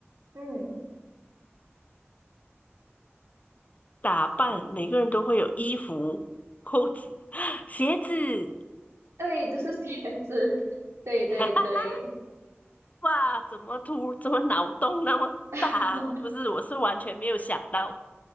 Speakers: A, on the right (about 80°); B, on the left (about 35°).
A: 嗯。
B: 打扮，每个人都会有衣服、裤子、<laughs> 鞋子。
A: 对，就是鞋子，<laughs> 对对对，
B: <laughs> 哇，怎么突，怎么脑洞那么大？
A: <laughs>
B: 不是，我是完全没有想到，